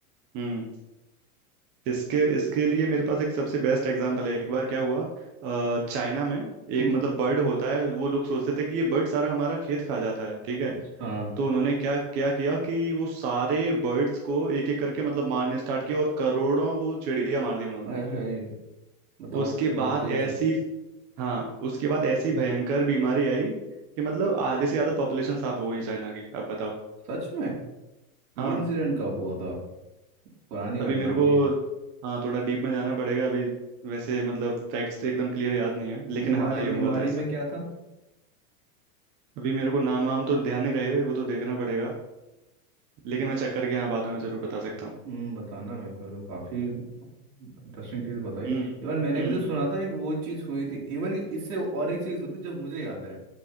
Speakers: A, on the right; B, on the right.
A: हम्म इसके इसके लिए मेरे पास एक सबसे बेस्ट एग्जांपल है एक बार क्या हुआ अ, चाइना में
B: हम्म
A: एक मतलब बर्ड होता है वो लोग सोचते थे कि ये बर्ड सारा हमारा खेत खा जाता है ठीक है
B: अच्छा हाँ
A: तो उन्होंने क्या क्या किया कि वो सारे बर्ड्स को एक एक करके मतलब मारने स्टार्ट किया और करोड़ों वो चिड़िया मार दी उन्होंने
B: हाय हाय बताओ
A: उसके
B: कि फालतू
A: बाद
B: ही चुप
A: ऐसी हाँ उसके बाद ऐसी भयंकर बीमारी आई कि मतलब आधे से ज्यादा पॉपुलेशन साफ हो गई चाइना की अब बताओ
B: सच में ये
A: हाँ
B: इंसिडेंट कब हुआ था पुरानी
A: अभी
B: घटना
A: मेरे
B: हो
A: को
B: गई है
A: हाँ थोड़ा डीप में जाना पड़ेगा अभी वैसे मतलब फैक्ट्स तो एकदम क्लियर याद नहीं है
B: और
A: लेकिन
B: बीमारी
A: हाँ ये हाँ
B: बीमारी
A: हुआ था ऐसा
B: में क्या था
A: अभी मेरे को नाम वाम तो ध्यान नहीं रहे वो तो देखना पड़ेगा लेकिन मैं चेक करके हाँ बाद में जरूर बता सकता हूँ
B: हम्म बताना मेरे को ये तो काफी इंटरेस्टिंग चीज बताई
A: हम्म
B: इवन मैंने
A: हम्म
B: भी तो सुना था एक वो चीज हुई थी इवन इससे और एक चीज होती है जो मुझे याद है